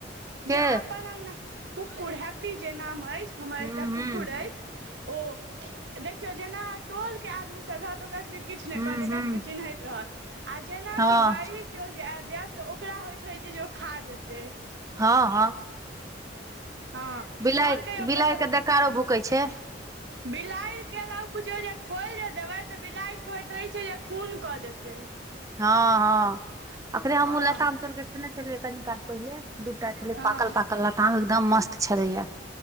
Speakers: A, on the right; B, on the right.
A: के
B: जो अपन अग कुक्कुर हैप्पी जे नाम अछि हमर
A: हूं
B: एकटा
A: हूं
B: कुकुर अछि औ देखियो जेना टोल के आदमी सभ रहत ओकरा सभके किछु नहि
A: हूं
B: कह जेकरा
A: हूं
B: सभके चिन्हैत रहत आ जेनाकि
A: हँ
B: बास केओ जे आबि जायत तऽ ओकरा होइत रहै छै जे ओ खा जेते
A: हँ हँ
B: ह
A: बिलाइ
B: तोहन कहियौ
A: बिलाइ
B: कतहु
A: के देकारो भूकै छै
B: बिलाड़ि केलक बुझियौ जे खोल जे देबै तऽ बिलाड़ि के होइत रहे छै जे खून कऽ देते
A: ह ह अखरे हमहुँ
B: हँ
A: लताम तोड़ के केने छलियै कऽ काल पहिले दूटा छलै
B: हँ
A: पाकल पाकल लताम एकदम मस्त छलैया।